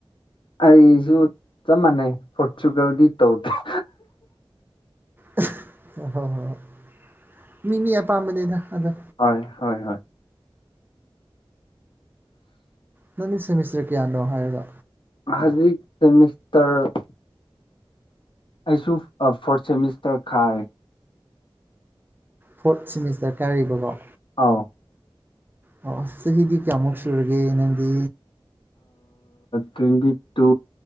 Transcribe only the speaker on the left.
ꯑꯩꯁꯨ ꯆꯞ ꯃꯥꯟꯅꯩ ꯄꯣꯔꯆꯨꯒꯜꯒꯤ ꯇꯧꯗꯦ <unintelligible>
ꯍꯣꯏ ꯍꯣꯏ ꯍꯣꯏ
ꯍꯧꯖꯤꯛ ꯁꯦꯃꯤꯁꯇꯔ ꯑꯩꯁꯨ ꯐꯣꯔꯠ ꯁꯦꯃꯤꯁꯇꯔ ꯈꯥꯏꯔꯦ
ꯑꯥꯎ꯫
ꯇ꯭ꯋꯦꯟꯇꯤ ꯇꯨ